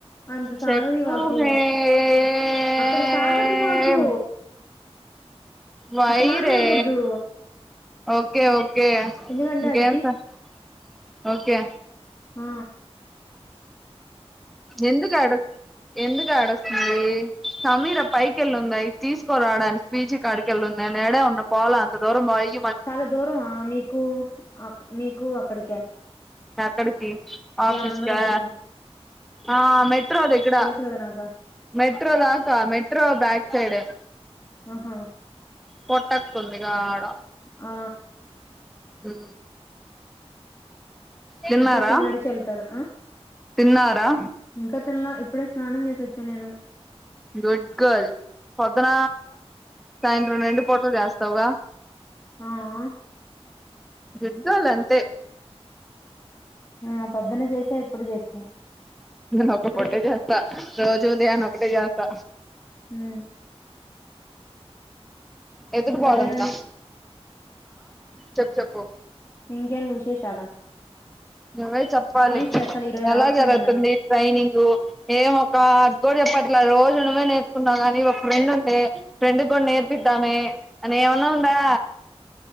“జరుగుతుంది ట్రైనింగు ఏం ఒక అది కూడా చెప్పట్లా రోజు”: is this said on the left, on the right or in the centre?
Centre